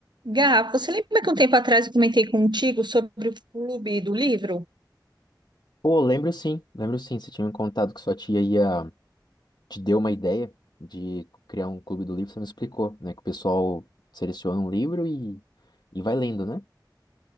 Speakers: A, on the right; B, on the left.
A: Gá, você lembra que um tempo atrás eu comentei contigo sobre o clube do livro?
B: Pô, lembro sim, lembro sim. Você tinha me contado que sua tia ia te deu uma ideia de criar um clube do livro, você me explicou, né? Que o pessoal seleciona um livro e, e vai lendo, né?